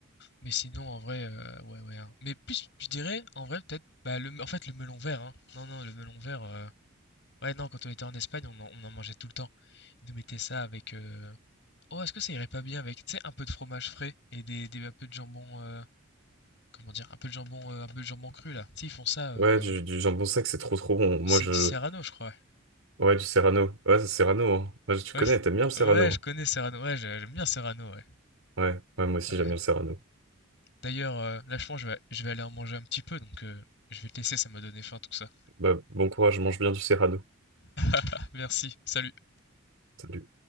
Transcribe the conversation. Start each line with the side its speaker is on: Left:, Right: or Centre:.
Left: mais sinon en vrai, heu, ouais, ouais, hein, mais plus je dirais en vrai peut-être, bah, le en fait le melon vert, hein. Non, non, le melon vert, heu, ouais, non, quand on était en Espagne, on en on en mangeait tout le temps. Ils nous mettaient ça avec, heu, oh, est-ce que ça irait pas bien avec, tu sais, un peu de fromage frais et des des un peu de jambon, heu comment dire, un peu de jambon, euh, un peu de jambon cru là. Tu sais, ils font ça. euh,
Right: Ouais, du, du jambon sec, c'est trop trop bon. Moi
Left: c'est
Right: je.
Left: du Serrano, je crois.
Right: Ouais, du serrano. Ouais, c'est serrano, hein. Ouais, tu
Left: Ouais,
Right: connais,
Left: Ouais, c-
Right: t'aimes bien le serrano.
Left: ouais, je
Right: hein.
Left: connais Serrano. Ouais, j'ai- j'aime bien Serrano. Ouais.
Right: Ouais, ouais, moi aussi
Left: Ouais.
Right: j'aime bien le Serrano.
Left: D'ailleurs, euh, là, je pense que je vais, je vais aller en manger un petit peu, donc euh, je vais te laisser. Ça m'a donné faim tout ça.
Right: Bah, bon courage, mange bien du Serrano.
Left: <laughs> Merci. Salut.
Right: Salut.